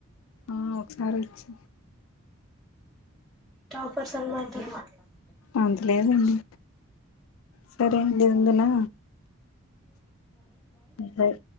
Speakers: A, on the left; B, in the centre.
A: ఆ ఒకసారి వచ్చింది
B: టాపర్సన్ <unintelligible> మ
A: అంతలేదండి సరేన వుందునా బాయ్